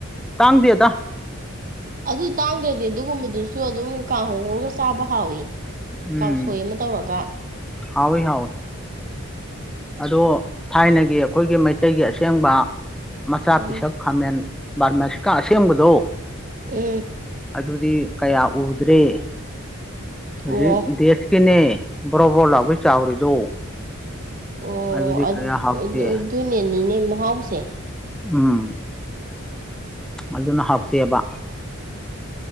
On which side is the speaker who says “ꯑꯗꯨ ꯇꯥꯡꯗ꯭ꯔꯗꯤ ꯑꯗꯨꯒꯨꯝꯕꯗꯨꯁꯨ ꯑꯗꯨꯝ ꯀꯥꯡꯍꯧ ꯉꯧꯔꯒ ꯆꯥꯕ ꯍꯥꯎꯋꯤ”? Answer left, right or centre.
Right